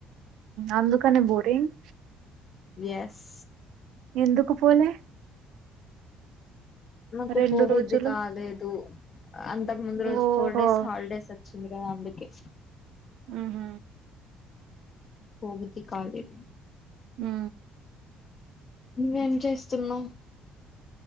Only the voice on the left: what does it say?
ఎస్.
నాకు
పో బుద్ది
కాలేదు అంతకు ముందు రోజు
ఫోర్ డేస్ హాల్డేస్ వచ్చింది కదా అందుకే
పోబుద్ది కాలేదు.
నువ్వేం చేస్తున్నవ్